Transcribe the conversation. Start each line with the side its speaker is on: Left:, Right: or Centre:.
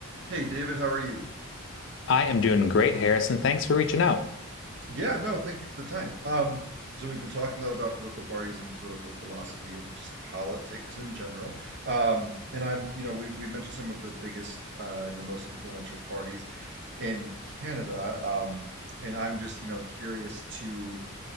Right: Hey, David, how are you?
Left: I am doing great, Harrison. Thanks for reaching out.
Right: Yeah, no, thank you for the time. Um, so we've been talking a lot about political parties and political philosophy and just politics in general. Um, and I'm, you know, we, we've mentioned some of the biggest uh, the most influential parties in Canada. Um, and I'm just, you know, curious to,